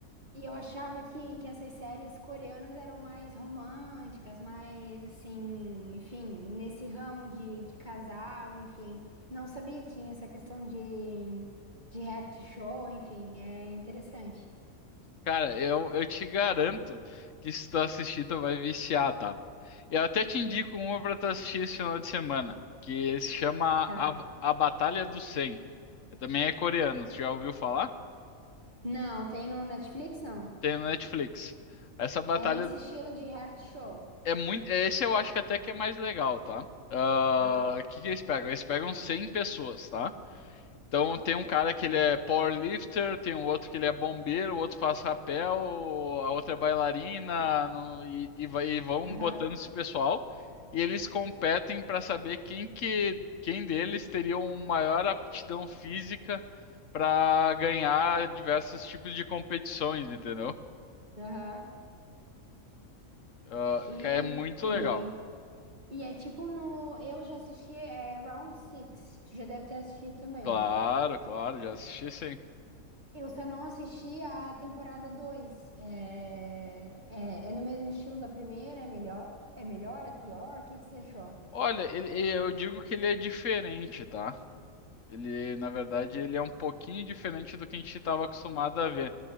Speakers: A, on the right; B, on the left.
A: E eu achava que, que essas séries coreanas eram mais românticas, mais assim, enfim, nesse ramo de, de casal, enfim. Não sabia que tinha essa questão de, de reality show, enfim, é interessante.
B: Cara, eu, eu te garanto que se tu assistir, tu vai viciar, tá? Eu até te indico uma pra tu assistir esse final de semana, que se chama
A: Tá.
B: A, A Batalha do 100. Eu também é coreano, tu já ouviu falar?
A: Não, tem no Netflix, não.
B: Tem no Netflix. Essa batalha
A: É nesse estilo de reality show.
B: é muito. Esse eu acho que até que é mais legal, tá? Ah,
A: Aham,
B: O que que eles pegam? Eles pegam 100 pessoas, tá? Então tem um cara que ele é powerlifter, tem um outro que ele é bombeiro, o outro faz rapel, a outra é bailarina, no- e, e vai- e vão
A: aham,
B: botando esse pessoal. E eles competem para saber quem que quem deles teria uma maior aptidão física para ganhar diversos tipos de competições, entendeu?
A: aham.
B: Ah,
A: E,
B: que é muito
A: e,
B: legal.
A: e é tipo no. Eu já assisti é, Round Six. Tu já deve ter assistido também,
B: Claro,
A: né?
B: claro, já assisti sim.
A: Eu só não assisti a temporada 2. É, é, é no mesmo estilo da primeira? É melhor? É melhor? É pior? O que que você achou?
B: Olha, ele- eu digo que ele é diferente, tá? Ele, na verdade, ele é um pouquinho diferente do que a gente estava acostumado a ver.